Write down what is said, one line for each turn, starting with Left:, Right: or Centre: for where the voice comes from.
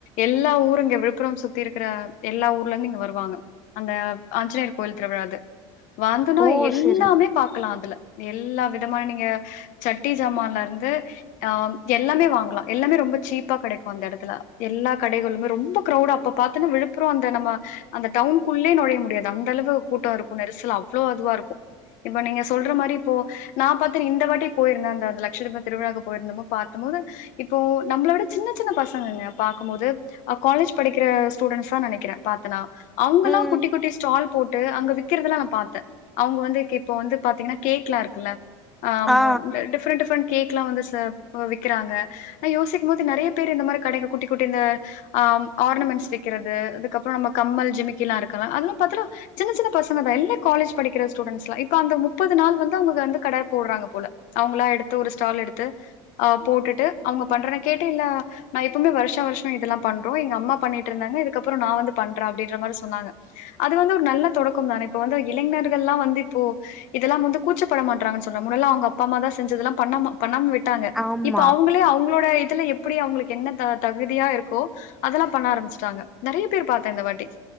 Left: எல்லா ஊரு இங்க விழுப்புரம் சுத்தி இருக்குற எல்லா ஊர் ஊர்ல இருந்து இங்க வருவாங்க அந்த ஆஞ்சநேயர் கோயில் திருவிழாது வாந்தனா
Centre: ஓ
Left: எல்லாமே
Centre: செரி
Left: பாக்கலா அதுல எல்லா விதமா நீங்க சட்டி ஜமான்ல இருந்து ஆம் எல்லாமே வாங்கலா எல்லாமே ரொம்ப சீப்பா கெடைக்கு அந்த எடத்துல எல்லா கடைகளுமே ரொம்ப கிரவுடா அப் அப் பாத்தன்னா விழுப்புரோ அந்த நம்ம அந்த டவுனுக்குள்ளே நொழைய முடியாது அந்த அளவு கூட்டோ இருக்கு நெருசல் அவ்வளோ அதுவா இருக்கு இப்ப நீங்க சொல்ற மாரி இப்போ நா பாத்த இந்த வாட்டி போயிருந்த அந்த லக்ட்ச தீப திருவுழாக்கு போயிருந்தமோ பாத்தம்போது இப்போ நம்மளோட சின்ன சின்ன பசங்கங்க பாக்கம் போது அ காலேஜ் படிக்கிற ஸ்டூடெண்ட்ஸ் தா நெனைக்கிற பாத்த நா அவங்கல்லா
Centre: ம்
Left: குட்டி குட்டி ஸ்டால் போட் ட்டு அங்க விக்கிறதெல்ல நா பாத்த அவுங்க வந்து இப்ப வந்து பாத்தீங்கன்னா கேக் எல்லா இருக்குல்ல ஆமா
Centre: ஆ
Left: டிஃப்ரெண்ட் டிஃப்ரெண்ட் கேக் எல்லா வந்து ச இப்போ விக்கிறாங்க நா யோசிக்கும் போது நறையா பேரு இந்த மாரி கடைக்கு குட்டி குட்டி இந்த ஆ ஆர்னமெண்ட்ஸ் விக்கிறது அது அதுக்கப்புறோ நம்ம கம்மல் ஜிமிக்கி எல்லா இருக்குல்ல அதலாம் பத்தால சின்ன சின்ன பசங்கதா எல்லா காலேஜ் படிக்க ஸ்டூடண்ட்லா இப்ப அந்த முப்பது நாள் வந்து அவுங்க வந்து கட போடுறாங்க போல அவங்களா எடுத்து ஒரு ஸ்டால் எடுத்து அ போட்டுட்டு அவுங்க பண்ற கேட்டு இல்லா நா எப்பமே வருஷோ வருஷோ இதெல்லாம் பண்றோ எங்க அம்மா பண்ணிட்டு இருந்தாங்க இதுக்கப்புறோ நா வந்து பண்ற அப்டின்ற மாரி சொன்னாங்க அது வந்து ஒரு நல்ல தொடக்கம் தான இப்ப வந்து இளைஞர்கள்லா வந்து இப்போ இதெல்லாம் வந்து கூச்சப்பட மாட்டறாங்கன் சொல்வ முன்னெல்லா அவுங்க அப்பா அம்மா தா செஞ்சதெல்லாம் பண்ணமா பண்ணாம விட்டாங்க
Centre: ஆ ஆமா
Left: இப்ப அவுங்களே அவங்களோட இதுல எப் அப்டி அவுங்களுக்கு என்ன த தகுதியா இருக்கோ அதெல்லா பண்ண ஆரம்பிச்சட்டாங்க நறையா பேர் பாத்த இந்த வாட்டி